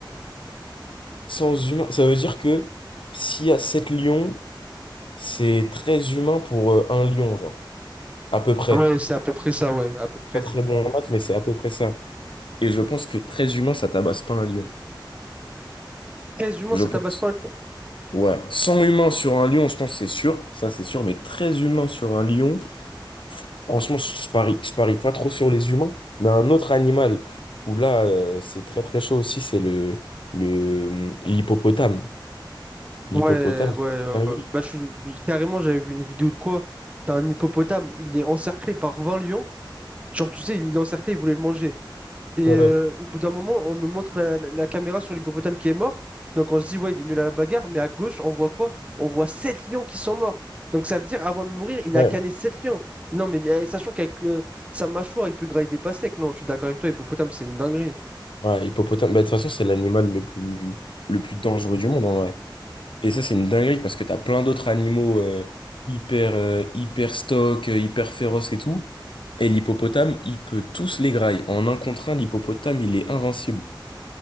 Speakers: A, on the left; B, on the right.
A: Sans humain, ça veut dire que s'il y a 7 lions, c'est très humain pour euh, un lion, genre. À peu près.
B: Ouais, c'est à peu près ça, ouais, à peu près.
A: Pas très bon en maths, mais c'est à peu près ça. Et je pense que très humain, ça tabasse pas un lion.
B: 13 humains,
A: Je
B: ça
A: pense.
B: tabasse pas
A: Ouais. 100 humains sur un lion, je pense que c'est sûr. Ça, c'est sûr. Mais très humain sur un lion, franchement, je je parie. Je parie pas trop sur les humains. Mais un autre animal où là, euh, c'est très très chaud aussi, c'est le, le, hum, l'hippopotame. L'hippopotame,
B: Ouais,
A: c'est
B: ouais, ouais,
A: une
B: ouais.
A: dinguerie.
B: Bah, je suis... Carrément, j'avais vu une vidéo de quoi? T'as un hippopotame, il est encerclé par 20 lions. Genre, tu sais, il est encerclé, il voulait le manger. Et
A: Ouais.
B: euh, au bout d'un moment, on nous montre la, la- la caméra sur l'hippopotame qui est mort. Donc, on se dit, ouais, il est nul à la bagarre. Mais à gauche, on voit quoi? On voit 7 lions qui sont morts. Donc, ça veut dire, avant de mourir, il
A: Ouais.
B: a canné 7 lions. Non, mais euh, sachant qu'avec euh, sa mâchoire, il peut grailler des pastèques. Non, je suis d'accord avec toi, hippopotame, c'est une dinguerie.
A: Ouais, hippopotame, bah, de toute façon, c'est l'animal le plus, le plus dangereux du monde en vrai. Et ça, c'est une dinguerie parce que t'as plein d'autres animaux euh, hyper, euh, hyper stock, euh, hyper féroces et tout. Et l'hippopotame, il peut tous les grailler. En un contre un, l'hippopotame, il est invincible.